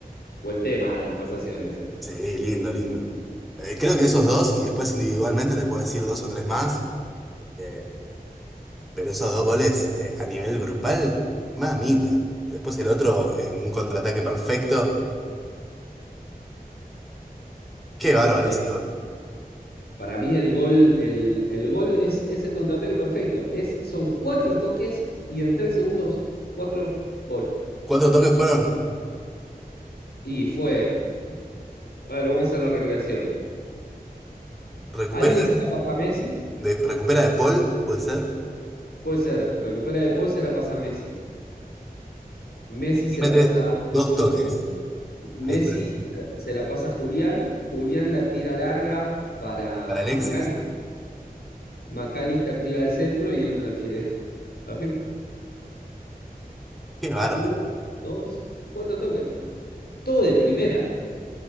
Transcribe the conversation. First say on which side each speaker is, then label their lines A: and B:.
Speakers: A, on the left; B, in the centre.
A: Buen tema de conversaciones, eh.
B: Sí, lindo, lindo. Eh, creo que esos dos, y después individualmente te puedo decir dos o tres más, eh, pero esos dos goles eh, a nivel grupal, mamita. Después el otro en un contraataque perfecto. Qué bárbaro
A: Por
B: ese
A: eso,
B: gol.
A: para mí el gol, el, el gol es, es el contraataque perfecto. Es, son cuatro toques y en tres segundos, cuatro gol.
B: ¿Cuántos toques fueron?
A: Y fue, a ver, vamos a la recreación.
B: Recupera
A: ¿Alguien se la pasa a Messi?
B: de, recupera de Paul, puede ser.
A: Puede ser, recupera De Paul, se la pasa a Messi. Messi se
B: Y mete
A: la pasa,
B: dos toques.
A: Messi
B: Ahí
A: se la pasa a Julián. Julián la tira larga para
B: para Alexis.
A: Macal. McAllister tira al centro y entra el fideo. <laughs> Así fue.
B: Qué bárbaro.
A: Uno, dos, cuatro toques fueron. Todo de primera,